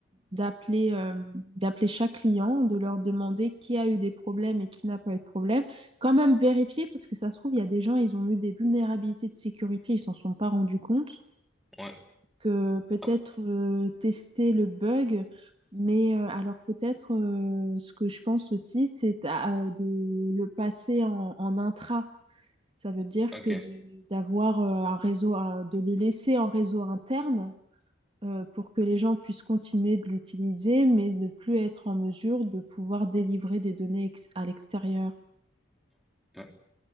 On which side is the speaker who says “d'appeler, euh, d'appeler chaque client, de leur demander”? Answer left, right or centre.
Right